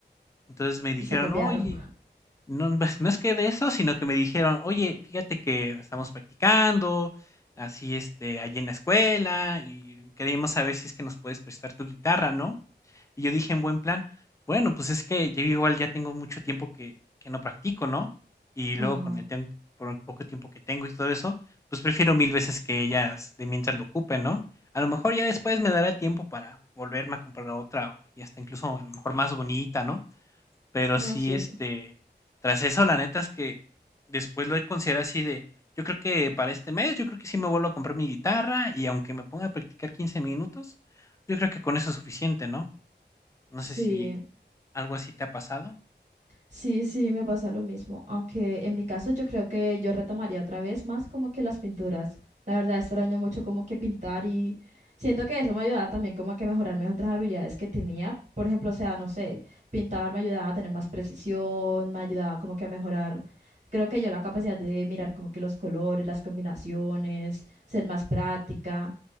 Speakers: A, on the left (about 15°); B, on the right (about 40°).
A: Entonces me dijeron,
B: Y se copiaron.
A: oye, No, pues, no es que de eso, sino que me dijeron, oye, fíjate que estamos practicando, así, este, allí en la escuela, y queríamos saber si es que nos puedes prestar tu guitarra, ¿no? Y yo dije en buen plan, bueno, pues es que yo igual ya tengo mucho tiempo que, que no practico, ¿no? Y
B: Ajá.
A: luego con el tiempo, por el poco tiempo que tengo y todo eso, pues prefiero mil veces que ellas de mientras lo ocupen, ¿no? A lo mejor ya después me dará tiempo para volverme a comprar otra, o- y hasta incluso a lo mejor más bonita, ¿no? Pero
B: No,
A: sí,
B: sí, eso.
A: este, tras eso, la neta es que después lo he considerado así de, yo creo que para este mes, yo creo que sí me vuelvo a comprar mi guitarra y aunque me ponga a practicar 15 minutos, yo creo que con eso es suficiente, ¿no? No
B: Sí.
A: sé si algo así te ha pasado.
B: Sí, sí, me pasa lo mismo. Aunque en mi caso yo creo que yo retomaría otra vez más como que las pinturas. La verdad extraño mucho como que pintar y siento que eso me ayudaba también como a que mejorar mis otras habilidades que tenía. Por ejemplo, o sea, no sé, pintar me ayudaba a tener más precisión, me ayudaba como que a mejorar, creo que yo la capacidad de mirar como que los colores, las combinaciones, ser más práctica.